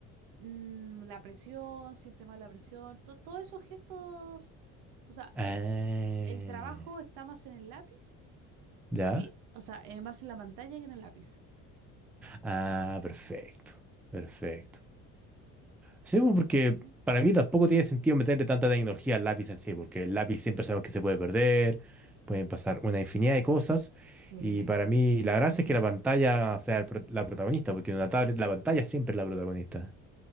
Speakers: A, on the right (about 80°); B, in the centre.
A: mm, la presión, siente más la presión, to- todos esos gestos, o sea,
B: Ah,
A: el trabajo está más en el lápiz
B: ¿ya?
A: que, o sea, eh, más en la pantalla que en el lápiz.
B: Ah, perfecto, perfecto. Sí, pues, porque
A: Ujú.
B: para mí tampoco tiene sentido meterle tanta tecnología al lápiz en sí, porque el lápiz siempre sabemos que se puede perder, pueden pasar una infinidad de cosas,
A: Sí.
B: y para mí
A: Ujú.
B: la gracia es que la pantalla sea el pro- la protagonista, porque en una tablet la pantalla siempre es la protagonista.